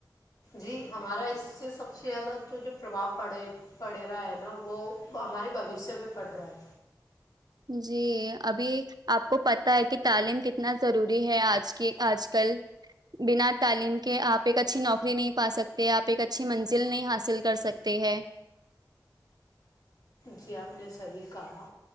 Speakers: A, on the left; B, on the right.
A: جی ہمارا اس سے سب سے زیادہ تو جو پرباؤ پڑے پڑے رہا ہے نا وہ ہمارے بوشیہ میں پڑ رہا ہے
B: جی ابھی آپ کو پت ہے کہ تعلیم کتنا ضروری ہے آج کی آج کل بنا تعلیم کے آپ ایک اچھی نوکری نہیں پا سکتے آپ ایک اچھی منزل نہیں حاصل کر سکتے ہے
A: جی آپ نے صحیح کہا